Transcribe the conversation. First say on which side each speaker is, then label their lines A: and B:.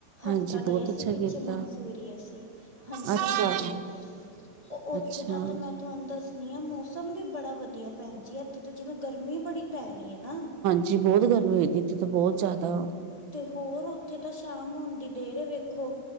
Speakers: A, on the right; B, on the right.
A: ਹਾਂਜੀ
B: ਹਫਤਾ
A: ਬਹੁਤ
B: ਗਏ
A: ਅੱਛਾ
B: ਸੀ ਪਿੱਛੇ
A: ਕੀਤਾ
B: ਮਨਸੂਰੀ ਅਸੀ, ਹਾਂਜੀ-ਹਾਂਜੀ।
A: ਅੱਛਾ
B: ਓ ਓੱਥੇ
A: ਅੱਛਾ
B: ਦਾ ਤਾ ਮੈਂ ਤੁਆਨੂੰ ਦੱਸਨੀ ਆ ਮੌਸਮ ਵੀ ਬੜਾ ਵਦੀਐ ਪੈਨ ਜੀ ਐਥੇ ਤੇ ਜਿਵੇ ਗਰਮੀ ਬੜੀ ਪੈ ਰੀ ਏ ਨਾ
A: ਜੀ ਬੋਤ ਗਰਮੀ ਓਈਦੀ ਇੱਥੇ ਤਾ ਬੋਤ ਜਾਦਾ।
B: ਤੇ ਹੋਰ ਓਥੇ ਤਾ ਸ਼ਾਮ ਹੋਨ ਦੀ ਦੇਰ ਏ ਵੇਖੋ,